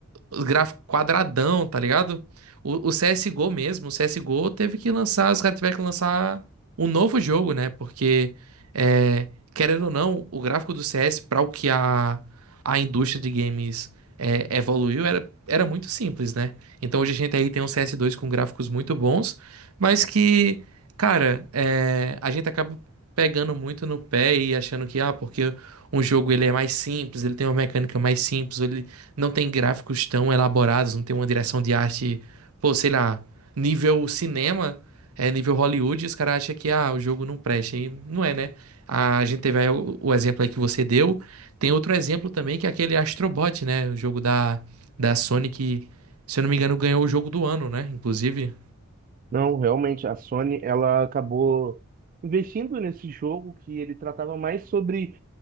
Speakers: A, on the right; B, on the right.
A: os gráficos quadradão, tá ligado? O, o CSGO mesmo, o CSGO teve que lançar, os caras tiveram que lançar um novo jogo, né? Porque, é, querendo ou não, o gráfico do CS, para o que a, a indústria de games é, evoluiu, era, era muito simples, né? Então hoje a gente aí tem um CS2 com gráficos muito bons, mas que, cara, é, a gente acaba pegando muito no pé e achando que, ah, porque um jogo ele é mais simples, ele tem uma mecânica mais simples, ou ele não tem gráficos tão elaborados, não tem uma direção de arte, pô, sei lá, nível cinema, é nível Hollywood, e os caras acham que ah, o jogo não presta. E não é, né? A gente teve aí o, o exemplo aí que você deu. Tem outro exemplo também, que é aquele Astrobot, né? O jogo da, da Sony que, se eu não me engano, ganhou o jogo do ano, né? Inclusive.
B: Não, realmente, a Sony, ela acabou investindo nesse jogo que ele tratava mais sobre